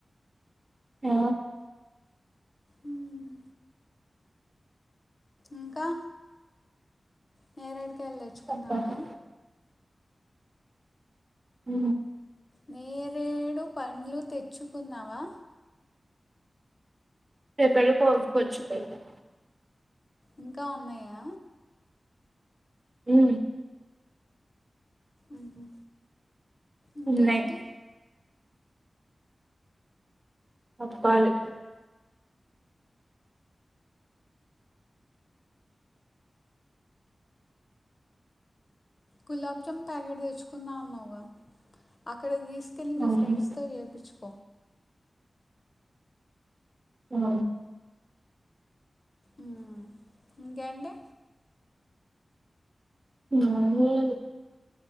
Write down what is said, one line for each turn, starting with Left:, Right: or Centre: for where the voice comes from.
Right: ఆ
Left: ఉమ్ ఇంకా నేరడు కాయలు తెచ్చుకుందామా
Right: చెప్పాలి అ
Left: నేరేడు పండ్లు తెచ్చుకున్నావా
Right: రేపుపడుర్చపో <unintelligible>
Left: ఇంకా ఉన్నాయా
Right: ఉ
Left: ఉహు ఇంకేంటి
Right: ఉన్నాయి చెప్పాలి
Left: గులాబ్ జామ్న్ ప్యాకెట్ తెచ్చుకున్నా అన్నాగా అక్కడ తీసు కెలి మీ
Right: అవును.
Left: ఫ్రెండ్స్ తో చేపిచ్చుకో
Right: ఉ
Left: ఉమ్ ఇంకేంటి
Right: నార్మలే